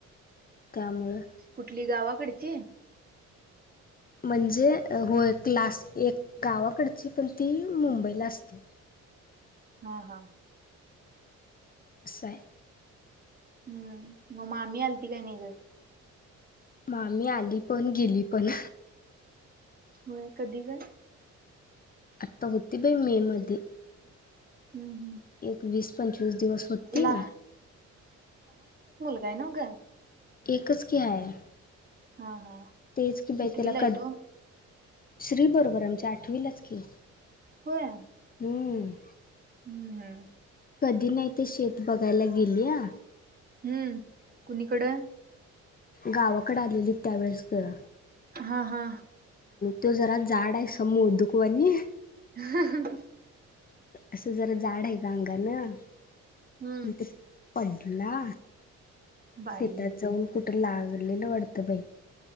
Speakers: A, on the left; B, on the right.
A: त्यामुळं
B: कुठली गावाकडची
A: म्हणजे होय क्लास एक गावाकडची पण ती मुंबईला असते
B: हा हा
A: असं हाय
B: हम्म मग मामी आलती काय निघ
A: मा मी आली पण गेली पण
B: होय कधी काय
A: आता होती बाई मे मध्ये
B: हम्म हम्म
A: एक वीस पंचवीस दिवस होती
B: ला जा न का
A: एकच च की आहे
B: हा हा
A: तेच की बाई
B: कितवीला
A: त्याला
B: आहे
A: क
B: तो?
A: श्री बरोबर आमच्या आठवीलाच की
B: होय
A: हम
B: हम्म हम्म
A: कधी नाही ते शेत बघायला गेलीया
B: हम्म कुणीकडें
A: गावाकडे आलेली त्यावेेळेस ग
B: हा हा
A: तो जरा झाड आहे असा मोदूकवानी
B: ह
A: असं जरा जाड आहे का अंग गलं आणिंत
B: हम्म
A: पडला
B: बाई
A: शेतात जाऊन कुठ लागलेलं वाडत पई